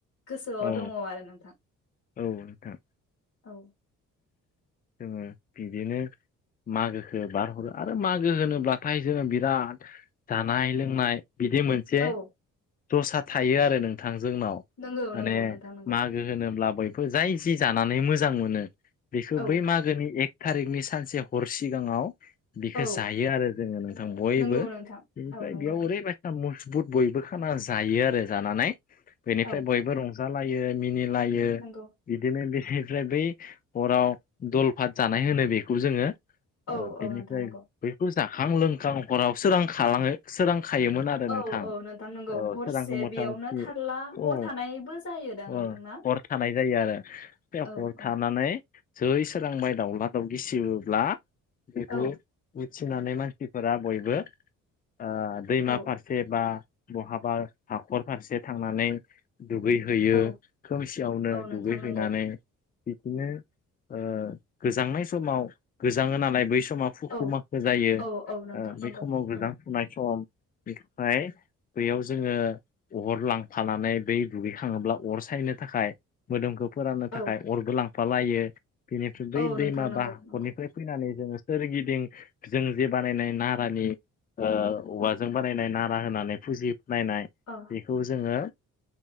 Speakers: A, on the left; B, on the left.
A: गोसोआव
B: औ
A: दङ आरो नोंथां
B: औ नोंथां
A: औ
B: जोङो बिदिनो मागोखौ बारहरो आरो मागो होनोब्लाथाय जोङो बिराद जानाय लोंनाय बिदि मोन एसे
A: औ
B: दसारा थायो आरो नोंथां जोंनाव
A: नंगौ
B: माने
A: नंगौ नोंथां नंगौ
B: मा मागो होनोब्ला बैफोर जाय जि जानानै मोजां मोनो बेखौ
A: औ
B: बै मागोनि एक थारिखनि सानसे हर सिगाङाव बेखौ
A: औ
B: जायो आरो जोङो नोंथां बयबो
A: नंगौ नोंथां
B: बेनिफ्राय
A: औ नंगौ
B: बेयाव ओरैबायदि मजबुत बयबो खाना जायो आरो जानानै बेनिफ्राय
A: औ
B: बयबो रंज जालायो मिनिलायो
A: नंगौ
B: बिदिनो बेनिफ्राय बै हराव दलफात जानाय होनो बेखौ जोङो ओ-
A: औ
B: बेनिफ्राय
A: औ नोंथां नंगौ
B: बै खौ जाखां लोंखां हराव सोरां खालाङो सोरां खायोमोन आर ओ
A: औ
B: नोंथां
A: औ नंगौ
B: औ
A: हरसे
B: सोरांखौ मथा
A: बेयावनो
B: मथि
A: थारला हर
B: उ
A: थानायबो जायोदां नोंथांना
B: अ <unintelligible> थानाय जायो आरो बे
A: औ
B: हर
A: औ
B: थानानै जै सोरां माइ दाउला दाउ गिसिबोब्ला बेखौ
A: औ
B: उथिनानै मानसिफोरा बयबो ओ-दैमा
A: औ
B: फारसे फारसे बा बहाबा हाखर फारसे थांनानै दुगैहैयो
A: औ
B: खोमसियावनो
A: औ नोंथां
B: दुगैहैनानै
A: नंगौ
B: बिदिनो ओ गोजांनाय समाव गोजांङो नालाय बै समाव फुखु
A: औ
B: माखो जायो ओ-
A: औ औ नोंथां
B: बे
A: नंगौ
B: समाव गोजां
A: उम
B: फुनाय सम बेफ्राय बैयाव जोङो अर लांफानानै बै दुगैखाङोब्ला अर सायनो थाखाय मोदोमखौ फोराननो थाखाय
A: औ
B: अरबो लांफालायो बेनिफ्राय बै
A: औ
B: दैमा
A: नोंथां नंगौ
B: बा हाखरनिफ्राय
A: नंगौ
B: फैनानै जोङो सोरगिदिं जों जे बानायनाय नारानि ओ औवाजों बानायनाय नारा होनानै फुजि <unintelligible> नायनाय
A: अ
B: बिखौ जोङो